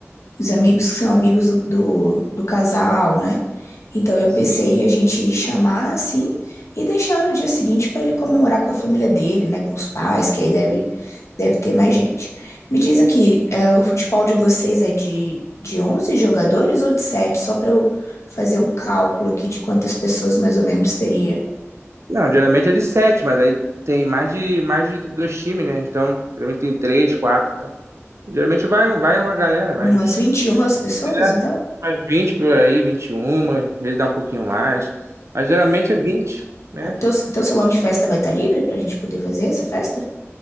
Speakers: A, on the left (about 70°); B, on the right (about 70°).
A: os amigos que são amigos do, do, do casal, né? Então eu pensei
B: Sim.
A: em a gente chamar assim e deixar no dia seguinte para ele comemorar com a família dele, né? Com os pais, que aí deve, deve ter mais gente. Me diz aqui, é, o futebol de vocês é de, de 11 jogadores ou de 7? Só para eu fazer um cálculo aqui de quantas pessoas mais ou menos teria.
B: Não, geralmente é de sete, mas aí tem mais de, mais de dois times, né? Então, geralmente tem três, quatro. então. Geralmente vai, vai uma galera, vai
A: Umas
B: uns,
A: 21 pessoas,
B: é,
A: então?
B: mais 20 por aí, 21, às vezes dá um pouquinho mais. Mas geralmente é vinte. né?
A: Ah, Teu, teu salão de festa vai estar livre para a gente poder fazer essa festa?